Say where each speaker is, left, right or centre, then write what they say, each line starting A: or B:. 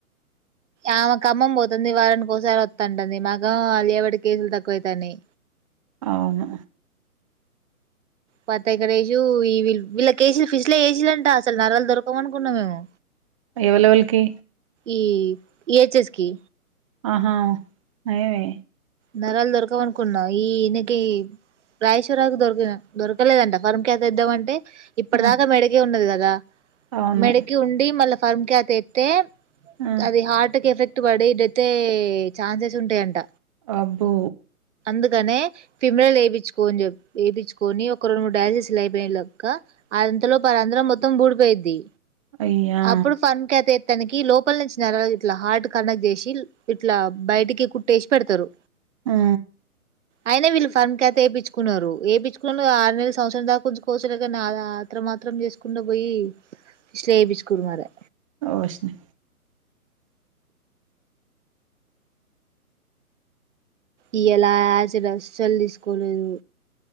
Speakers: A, on the right (about 55°); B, on the right (about 20°).
A: ఆమే ఖమ్మం పోత్ ంది వాళ్ళని కోసార్ ంటంది మాకొ అల్లుచ్చేబట్టి కేసులు తక్కువైతాన్నాయ్
B: అవును
A: పతెగరేయ్యు ఈ వీల్ వీళ్ళకేసిల్లు ఫిష్లో ఏసీలంట అసలు నరలు దొరకవణుకున్న మేము
B: ఎవలెవల్కి
A: ఈ ఈహెచ్ఎస్ కి
B: ఆహా నయ్యమే
A: నరాలు దొరకవనుకున్నా ఈయనకి రాయేశ్వరాకు దొరికిన దొరకలేదంట ఫరంక్యాతెద్దామంటే ఇప్పటి
B: ఆ
A: దాకా మెడకే ఉన్నది కద్ దా
B: అవును
A: మెడకి ఉండి మళ్ళ ఫార్మ్ క్యాతేతె
B: ఆ
A: అదిే హార్ట్ కేఫెక్ ట్టుబడిడేత్తయ్యే ఛాన్సెస్ ఉంటాయంట
B: అబ్బో
A: అందుకనే ఫిమిరల్ వేపించుకొన్ చెప్ ఏపిచ్చుకొని ఒక రెండు మూడు డయాలసిస్ లయిపోయ్న్ క ఇంతలోపు ఆ రంధ్రం మొ త్తం బూడిపోయిద్ధి
B: అయ్యా
A: ఆప్పుడు ఫన్ క్యాతే తనకి లోపల నుంచి నర ఇట్లా హార్ట్ కనెక్ట్ చేసి ఇట్లా బయటికి కుట్టేసి పెడుతరు
B: ఆ
A: అయినా వీళ్లు ఫన్ క్యాతేపిచుకున్నారు ఏపిచుకున్న ఆరు నెల్ సంవత్సరం దాకా ఉంచుకొవచ్చులే కనీ ఆ ఆత్రం ఆత్రం చేసుకుంటా పోయి స్ట్లోపిచ్ కు మరే
B: ఓషిని
A: ఇయాల యాసిడ్ అస్సల్ తీసుకోలేదు